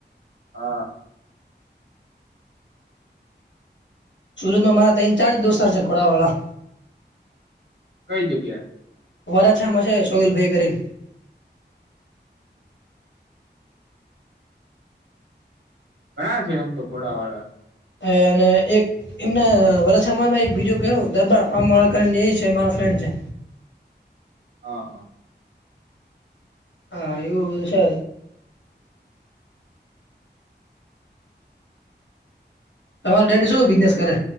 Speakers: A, on the right; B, on the left.
A: હા.
B: સુરતમાં મારા ત ચાર્જ દોસ્ર છે ઘોડાવાળા.
A: કઈ જગ્યાએ?
B: વરા છે મ છે સોહલ ભાઈ કરીન.
A: ઘણા છે એમ તો ઘોડા વાળા.
B: હ અને એક એમના વરયમાં એક બીજું કહ દરબાર ફાર્મળા કરીને એ છે મા ફ્રેન્ડ છે.
A: હા હા.
B: હા એવું બધું છે. તમારી ડેડી શું બિઝનેસ કરે